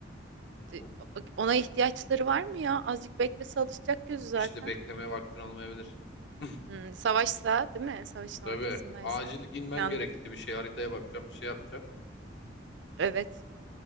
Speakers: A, on the right; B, on the left.
A: d-
B: Bu
A: ona ihtiyaçları var mı ya? Azıcık beklese alışacak gözü zaten.
B: işte beklemeye vaktin olmayabilir. <laughs>
A: Hmm, savaşsa, değil mi? Savaşın
B: Tabii
A: ortasındaysak
B: acil inmen
A: yandık.
B: gerekti bir şey haritaya bakacağım bir şey yapacağım.
A: Evet.